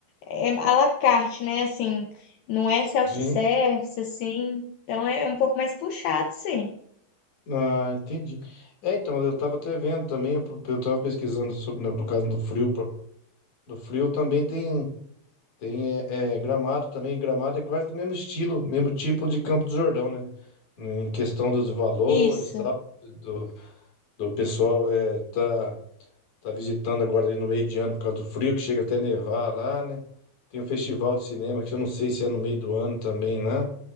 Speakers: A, on the left; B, on the left.
A: é, à la carte, né? Assim, não é self-service,
B: sim.
A: assim. Então, é um pouco mais puxado, sim.
B: Ah, entendi. É, então, eu tava até vendo também, eu eu tava pesquisando sobre, no no caso do frio, pro- do frio também tem. Tem é, é, Gramado também. Gramado é quase do mesmo estilo, mesmo tipo de Campo do Jordão, né? Em questão dos valores,
A: Isso.
B: tal, do, do pessoal é, tá, tá visitando agora ali no meio de ano por causa do frio, que chega até nevar lá, né? Tem um festival de cinema que eu não sei se é no meio do ano também lá,